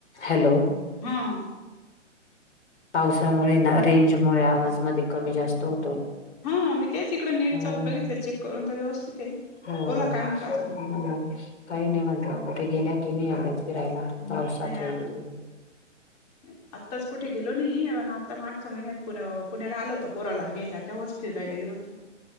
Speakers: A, on the left; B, on the left.
A: हॅलो.
B: हा.
A: पावसामुळे ना रेंजमुळे आवाजमध्ये कमी जास्त होतो.
B: हम्म मी तेच इकड नेटच
A: हम्म
B: बघितलं चेक करून तर व्यवस्थित आहे.
A: हो
B: बोला काय
A: हम्म
B: म्हणता अजून
A: काही नाही म्हटलं कुठे गेल्या की नाही एवढ्यात फिरायला पावसात
B: नाही
A: वगैरे?
B: नाही आत्ताच कुठे गेलो नाही आत्ता मार्चच्या महिन्यात पुण्या पुण्याला आलो होतो पोराला घ्यायला तेव्हाच फिरायला गेलो होतो.